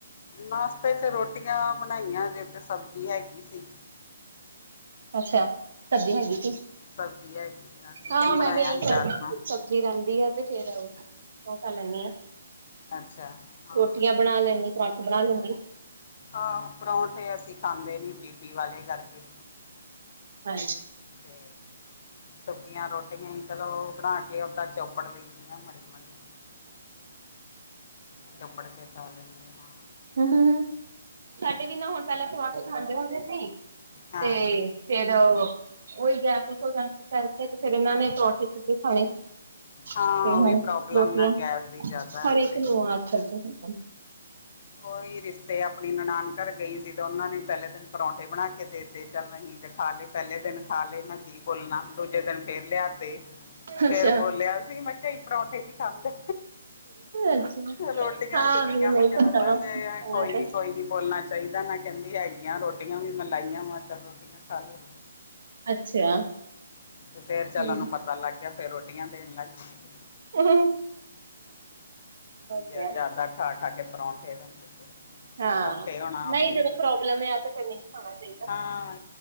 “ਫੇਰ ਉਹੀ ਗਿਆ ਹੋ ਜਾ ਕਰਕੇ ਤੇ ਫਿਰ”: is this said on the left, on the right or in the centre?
Right